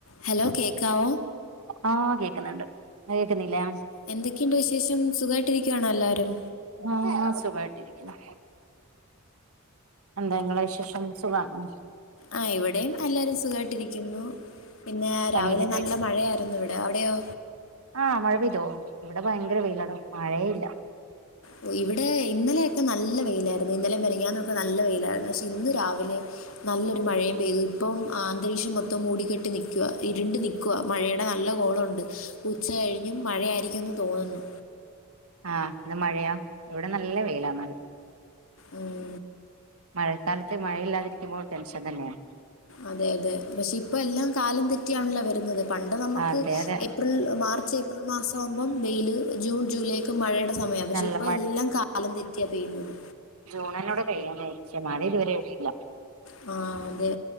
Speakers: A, on the left (about 65°); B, on the right (about 80°).
A: ഹലോ കേക്കാവോ
B: ആഹ് കേക്ക്ന്ന്ണ്ട് ഇങ്ങക്ക് കേക്കുന്നില്ലേ
A: എന്തൊക്കെയുണ്ട് വിശേഷം സുഖായിട്ടിരിക്കുവാണോ എല്ലാരും
B: ആഹ് സുഖായിട്ടിരിക്കുന്നു എന്താ ഇങ്ങളെ വിശേഷം സുഖാണോ?
A: ആഹ് ഇവിടേം ആഹ് എല്ലാരും സുഖായിട്ടിരിക്കുന്നു പിന്നെ
B: പണിയൊക്കെ
A: രാവിലെ
B: കഴി
A: നല്ല മഴയായിരുന്നു ഇവിടെ അവിടെയോ?
B: ആഹ് മഴ പെയ്തോ ഇവിടെ ഭയങ്കര വെയിലാടോ മഴേ ഇല്ലാ
A: ഓ ഇവിടെ ഇന്നലെയൊക്കെ നല്ല വെയിലായിരുന്നു ഇന്നലെ മെനങ്ങാന്നൊക്കെ നല്ല വെയിലായിരുന്നു പക്ഷെ ഇന്ന് രാവിലെ നല്ലൊരു മഴയും പെയ്തു ഇപ്പം അ അന്തരീക്ഷം മൊത്തം മൂടിക്കെട്ടി നിക്കുവാ ഇരുണ്ട് നിക് ക്കുവാ മഴേടെ നല്ല കോളൊണ്ട് ഉച്ചകഴിഞ്ഞും മഴയായിരിക്കുവെന്ന് തോനുന്നു.
B: ആഹ് ഇന്ന് മഴയാ ഇവിടെ നല്ല വെയിലാ എന്നാല്
A: ഉം
B: മഴക്കാലത്ത് മഴയില്ലാതിരിക്കുമ്പോൾ ടെൻഷൻ തന്നെയാണ്.
A: അതെ അതെ. പക്ഷെ ഇപ്പൊ എല്ലാം കാലം തെറ്റിയാണല്ലോ വരുന്നത്. പണ്ട് നമുക്ക്
B: അതെ അതെ
A: ഏപ്രിൽ മാർച്ച്, ഏപ്രിൽ മാസാവുമ്പം വെയില്, ജൂൺ ജൂലൈ മാസത്തും മഴയുടെ സമയ. പക്ഷെ
B: നല്ല
A: ഇപ്പ എല്ലാം കാലം തെറ്റിയ പെയ്യുന്നത്.
B: ജൂൺ ന്നെ ഇവിടെ കഴിയാനയി. പക്ഷെ മഴ ഇതുവരെ കിട്ടിയില്ല.
A: അ, അതെ.